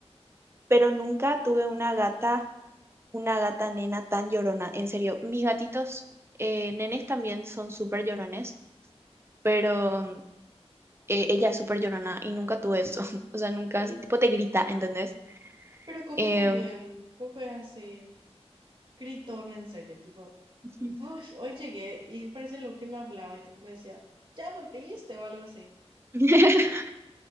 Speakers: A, on the right; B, on the right.
A: pero nunca tuve una gata una gata nena tan llorona. En serio, mis gatitos eh, nenes también son súper llorones, pero mm, eh, ella es súper llorona y nunca tuve eso. <laughs> O sea, nunca así, tipo te grita, ¿entendés?
B: Pero Coco
A: Em,
B: también, Coco es así, gritón en serio, tipo,
A: Ujú.
B: "Ay, hoy llegué y parece lo que me hablaba y tipo me decía, ya volviste o algo así.
A: <laughs>